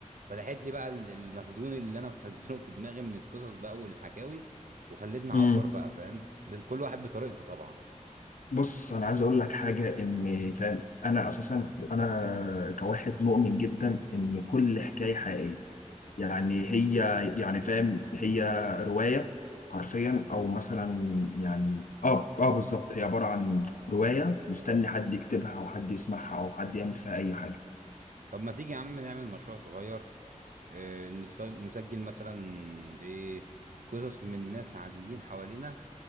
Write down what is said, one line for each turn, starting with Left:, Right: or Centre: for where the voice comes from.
Right: فتحت لي بقى ال- المخزون اللي انا مخزنه في دماغي من القصص بقى والحكاوي وخلتني اعبر
Left: امم
Right: بقى فاهم ب- كل واحد بطريقته طبعا
Left: بص انا عايز اقول لك حاجة ان فاهم انا اساسا انا كواحد مؤمن جدا ان كل حكاية حقيقية يعني هي يعني فاهم هي رواية حرفيا او مثلا يعني اه اه بالظبط هي عبارة عن رواية مستني حد يكتبها او حد يسمعها او حد يعمل فيها اي حاجة
Right: طب ما تيجي يا عم نعمل مشروع صغير اه، نسج- نسجل مثلا ايه قصص من ناس عاديين حوالينا